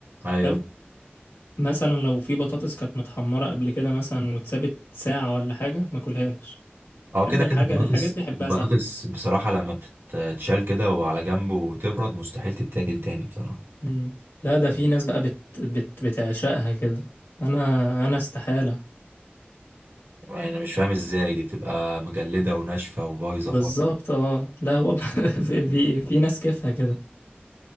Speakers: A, on the right; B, on the left.
A: ايوه
B: حلو مثلا لو في بطاطس كانت متحمره قبل كده مثلا واتسابت ساعه ولا حاجه ماكلهاش
A: اه
B: احب
A: كده
B: الحاجه
A: كده البطاطس
B: الحاجات دي احبها
A: البطاطس
B: ساخنه
A: بصراحة لما بتتشال كده وعلى جنب وتبرد مستحيل تتاكل تاني بصراحة
B: مم. لا ده في ناس بقى بت... بت... بتعشقها كده انا انا استحالة
A: يعني انا مش فاهم ازاي دي بتبقى مجلدة وناشفة وبايظة
B: بالظبط
A: خالص
B: اه لا هو <laughs> في... في في ناس كيفها كده